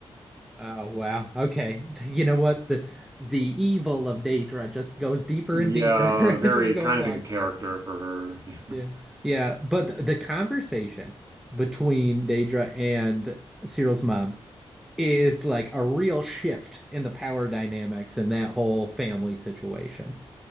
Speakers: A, in the centre; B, on the right.
A: Oh wow. Okay. <laughs> You know what? The the evil of Daedra just goes deeper
B: Yeah,
A: and deeper
B: very
A: <laughs> as we go
B: kind
A: along.
B: of in character for her.
A: Yeah.
B: <laughs>
A: Yeah. But the conversation between Daedra and Cyril's mom is like a real shift in the power dynamics in that whole family situation